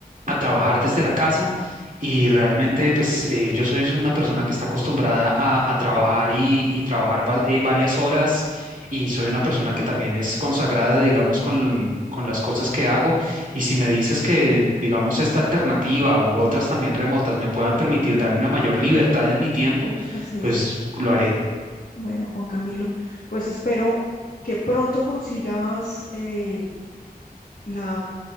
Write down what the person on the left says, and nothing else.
Así es.
Bueno, Juan Camilo, pues espero que pronto consigas eh, la,